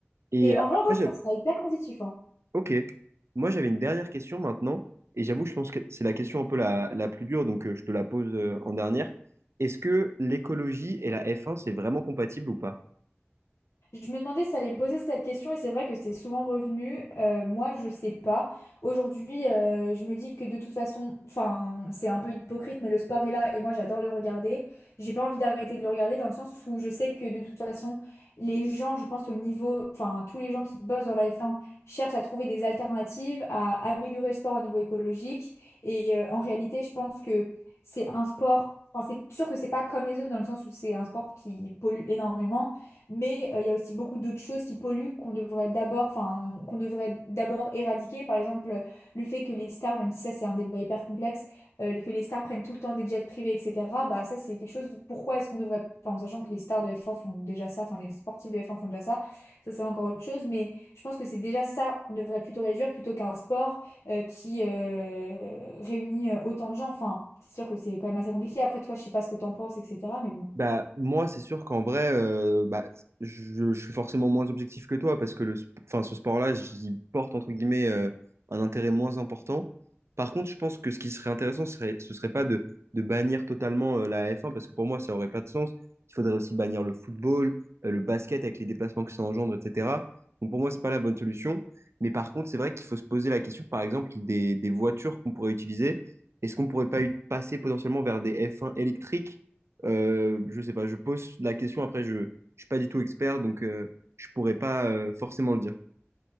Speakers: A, on the right; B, on the left.
A: Et
B: Et
A: euh,
B: en vrai,
A: après,
B: ouais, je
A: j'ai-
B: trouve ça hyper positif. hein.
A: ok. Moi, j'avais une dernière question maintenant. Et j'avoue, je pense que c'est la question un peu la, la plus dure, donc euh, je te la pose euh, en dernière. Est-ce que l'écologie et la F1, c'est vraiment compatible ou pas?
B: Je me demandais si ça allait me poser cette question et c'est vrai que c'est souvent revenu. Euh, moi, je sais pas. Aujourd'hui, euh, je me dis que de toute façon, enfin, c'est un peu hypocrite, mais le sport est là et moi, j'adore le regarder. J'ai pas envie d'arrêter de le regarder dans le sens où je sais que de toute façon, les gens, je pense au niveau, enfin, tous les gens qui bossent dans la F1 cherchent à trouver des alternatives, à améliorer le sport au niveau écologique. Et euh, en réalité, je pense que c'est un sport. Enfin, c'est sûr que c'est pas comme les autres dans le sens où c'est un sport qui pollue énormément. Mais euh, il y a aussi beaucoup d'autres choses qui polluent qu'on devrait d'abord, enfin, qu'on devrait d'abord éradiquer. Par exemple, euh, le fait que les stars, même si ça c'est un débat hyper complexe, euh, que les stars prennent tout le temps des jets privés, etc. Bah ça c'est quelque chose. Pourquoi est-ce qu'on devrait, enfin, en sachant que les stars de F1 font déjà ça, enfin les sportifs de F1 font déjà ça, ça c'est encore autre chose. Mais je pense que c'est déjà ça qu'on devrait plutôt réduire plutôt qu'un sport euh, qui euh, réunit euh, autant de gens. Enfin, c'est sûr que c'est quand même assez compliqué. Après toi, je sais pas ce que t'en penses, etc. Mais bon.
A: Bah, moi, c'est sûr qu'en vrai, euh, bah, je, je suis forcément moins objectif que toi parce que le, sp- enfin, ce sport-là, j'y porte entre guillemets euh, un intérêt moins important. Par contre, je pense que ce qui serait intéressant, ce serait, ce serait pas de, de bannir totalement euh, la F1 parce que pour moi, ça aurait pas de sens. Il faudrait aussi bannir le football, euh, le basket avec les déplacements que ça engendre, etc. Donc pour moi, c'est pas la bonne solution. Mais par contre, c'est vrai qu'il faut se poser la question, par exemple, des, des voitures qu'on pourrait utiliser. Est-ce qu'on pourrait pas y passer potentiellement vers des F1 électriques? Euh, je sais pas, je pose la question, après je, je suis pas du tout expert, donc euh, je pourrais pas euh, forcément le dire.